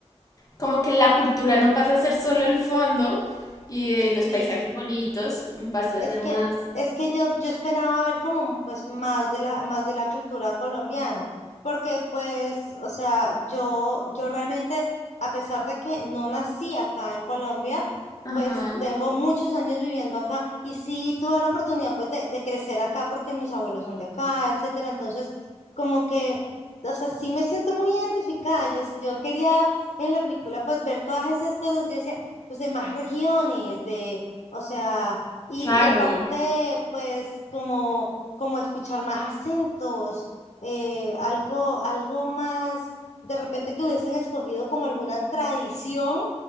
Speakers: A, on the left; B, on the left.
A: como que la cultura no pasa a ser solo el fondo y eh,
B: sí.
A: los paisajes bonitos, pasa
B: Es
A: a ser
B: que,
A: más...
B: es que yo, yo esperaba ver como pues más de la, más de la cultura colombiana, porque pues, o sea, yo, yo realmente, a pesar de que no nací acá en Colombia,
A: Ajá.
B: pues tengo muchos años viviendo acá y sí tuve la oportunidad pues de, de crecer acá porque mis abuelos son de acá, etcétera. Entonces, como que, o sea, sí me siento muy identificada. Yo, sí- yo quería en la película pues ver todas esas cosas. Yo decía, pues de más regiones, de, o sea y,
A: Claro.
B: y aparte, pues, como, como escuchar más acentos, eh, algo, algo más, de repente que hubiesen escogido como alguna tradición